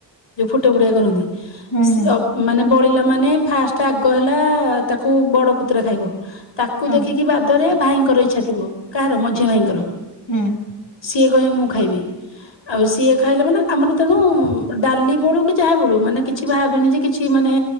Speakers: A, on the left (about 85°); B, on the left (about 45°).
A: ଯୋଉ ଫୁଟେ ଫୁଟାକି କରନ୍ତି।
B: ହୁଁ
A: ସେ
B: ହୁଁ
A: ଅ ମାନେ ବଳିଲା ମାନେ ଫାଷ୍ଟ ଆଗ ହେଲା ତାକୁ ବଡ ପୁତୁରା ଖାଇବ। ତାକୁ
B: ହଁ
A: ଦେଖିକି ବାଦରେ ଭାଇଙ୍କର ଇଛା ଥିବ। କାହାର ମଝିଆ ଭାଇଙ୍କର।
B: ହୁଁ
A: ସିଏ କହିବେ ମୁଁ ଖାଇବି। ଗ ଆଉ ସିଏ ଖାଇଲେ ମାନେ ଆମର ତେଣୁ ଡାଲି ବଳୁ କି ଯାହା ବଳୁ ମାନେ କିଛି ଭାବେନି ଯେ କି ଛି ମାନେ